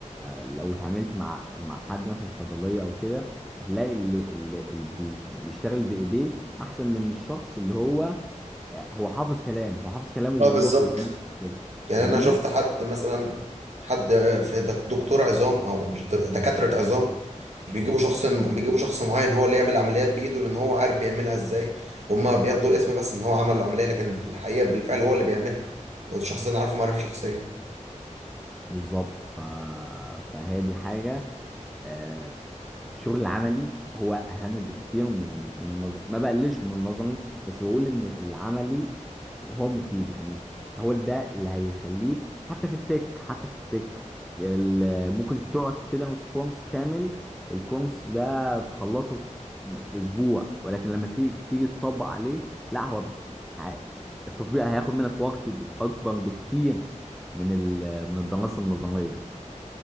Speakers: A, in the centre; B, on the right (about 60°).
A: لو اتعاملت مع مع حد مثلا في صيدليه او كده هتلاقي اللي, اللي اللي بي- بيشتغل بايديه احسن من الشخص اللي هو هو حافظ كلام هو حافظ كلام وبيروح
B: اه بالظبط
A: يقول كده
B: يعني
A: فاهمني
B: انا شفت حد مثلا حد في دك- دكتور عظام او مش دك- دكاترة عظام بيجيبوا شخص بيجيبوا شخص معين هو اللي يعمل العمليات بايده لان هو عارف بيعملها ازاي هما بياخدوا الاسم بس ان هو عمل العمليه لكن في الحقيقه بالفعل هو اللي بيعملها والشخص ده انا عارفه معرفه شخصيه
A: بالظبط ف... فهي دي حاجة آه، الشغل العملي هو اهم بكتير من ال- من النظري ما بقللش من النظري بس بقول ان العملي هو مفيد يعني هو ده اللي هيخليك حتى في التك حتى في التك ال- ممكن تقعد تدرس كورس كامل الكورس ده تخلصه في في اسبوع ولكن لما تيجي تيجي تطبق عليه لا هو ب- ع- التطبيق هياخد منك وقت ب- اكبر بكتير من ال- من الدراسة النظرية